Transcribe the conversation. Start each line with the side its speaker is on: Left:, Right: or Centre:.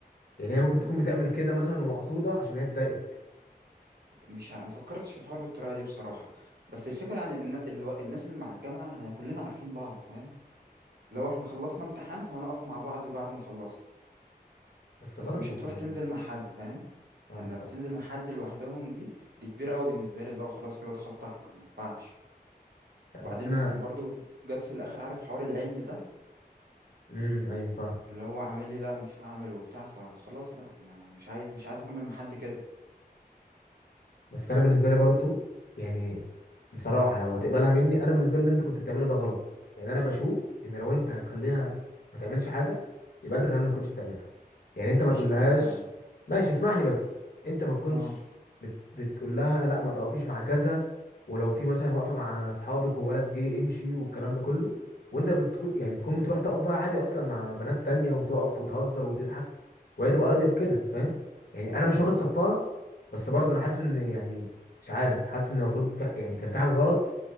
Left: يعني هي ممكن تكون
Right: بس
Left: بتعمل كده مثلا ومقصوده عشان هي تضايقك
Right: مش ع- ما فكرتش في الحوار بالطريقة دي بصراحة بس الفكرة يعني الن- الو- الناس اللي مع الجامعة يعني كلنا عارفين بعض فاهم لو احنا خلصنا امتحان فهنقف مع بعض بعد ما خلصنا
Left: بس
Right: بس
Left: برضه
Right: مش هتروح
Left: يعني
Right: تنزل مع حد فاهم
Left: مش عارف
Right: انا
Left: بصراحه
Right: لما تنزل مع حد لوحدهم دي دي كبيره قوي بالنسبه لي اللي هو خلاص كده ده خط احمر ما ينفعش
Left: لا،
Right: وبعدين
Left: بس انا
Right: برضو جت في الاخر عارف حوار العند ده
Left: امم ايوه فاهم
Right: اللي هو عامل لي لا مش هعمل وبتاع فخلاص لا انا مش عايز مش عايز اكمل مع حد كده
Left: بس انا بالنسبه لي برضو يعني بصراحه لو هتقبلها مني انا بالنسبه لي اللي انت كنت بتعمله ده غلط يعني انا بشوف ان لو انت هتخليها ما تعملش حاجه يبقى انت كمان ما كنتش بتعملها يعني انت
Right: ماشي
Left: ما تقولهاش
Right: انا يعني
Left: ماشي اسمعني بس انت ما تكونش
Right: اه
Left: بت... بتقول لها لا ما تقفيش مع كذا ولو في مثلا واقفه مع اصحابك وولد جه امشي والكلام ده كله وانت بتكون يعني تكون بتروح تقف بقى عادي اصلا مع بنات تانية وتقف وتهزر وتضحك وهي تبقى راضيه بكده فاهم يعني انا مش واخد صفها بس برضه انا حاسس ان يعني مش عارف حاسس ان المفروض في يعني كان في حاجه غلط